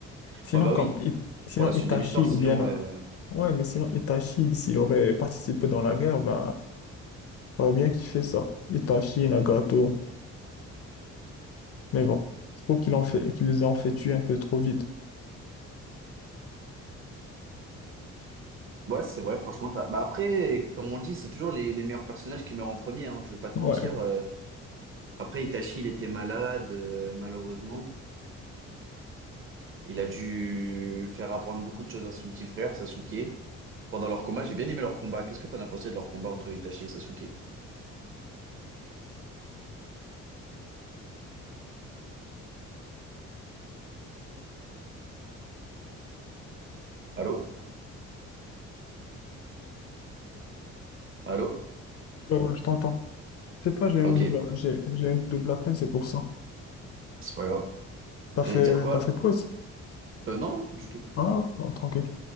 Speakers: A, on the left (about 50°); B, on the right (about 45°).
A: Sinon,
B: Ah bah
A: comme,
B: oui,
A: I- sinon
B: pour la suite
A: Itachi
B: de l'histoire, sinon,
A: ou bien.
B: ouais, ouais.
A: Ouais, mais sinon, Itachi, s'il aurait participé dans la guerre, ben. J'aurais bien kiffé ça. Itachi, Nagato. Mais bon, je trouve qu'il en fait, qu'ils les ont fait tuer un peu trop vite.
B: Ouais, c'est vrai, franchement. t'as- Bah après, comme on dit, c'est toujours les, les meilleurs personnages qui meurent en premier, hein, je vais pas te
A: Ouais,
B: mentir. euh. Après, Itachi, il était malade, euh, malheureusement. Il a dû faire apprendre beaucoup de choses à son petit frère, Sasuke. Pendant leur combat, j'ai bien aimé leur combat. Qu'est-ce que t'en as pensé de leur combat entre Itachi et Sasuke? Allô? Allô?
A: ouais, ouais, je t'entends. C'est pas, j'ai une
B: Ah, ok,
A: double, j'ai, j'ai une double appel, c'est pour ça.
B: c'est pas grave.
A: T'as
B: J'allais
A: fait,
B: dire quoi?
A: t'as fait pause?
B: Euh, non, non, du tout.
A: Ah, non, tranquille.